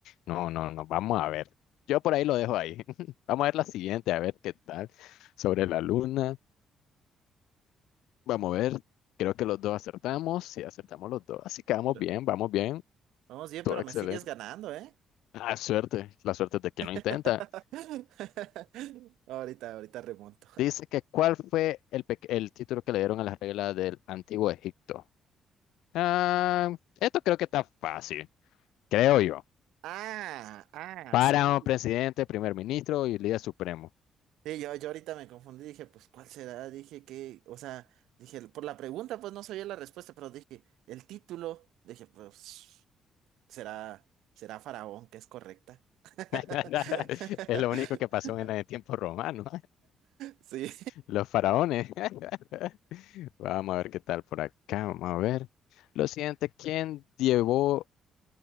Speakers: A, on the left (about 90°); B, on the right (about 85°).
A: No, no, no, vamos a ver. Yo por ahí lo dejo ahí. <laughs> Vamos a ver la siguiente, a ver qué tal. Sobre la luna, vamos a ver. Creo que los dos acertamos, sí, acertamos los dos. Así que vamos
B: pero
A: bien, vamos bien.
B: vamos bien,
A: Todo
B: pero
A: excelente.
B: me sigues ganando, ¿eh?
A: Ah, suerte, la suerte es de quien lo intenta.
B: <laughs> Ahorita, ahorita remonto.
A: Dice que ¿cuál fue el, pe- el título que le dieron a las reglas del Antiguo Egipto? Ah, esto creo que está fácil, creo yo.
B: Ah, ah,
A: Para
B: sí.
A: un presidente, primer ministro y líder supremo.
B: Sí, yo, yo ahorita me confundí, dije, pues, ¿cuál será? Dije que, o sea, dije, por la pregunta, pues no sabía la respuesta, pero dije, el título, dije, pues, será, será Faraón, que es correcta. <laughs>
A: <laughs> Es lo único que pasó en el tiempo romano.
B: Sí.
A: Los faraones. <laughs> Vamos a ver qué tal por acá. Vamos a ver. Lo siguiente, ¿quién llevó,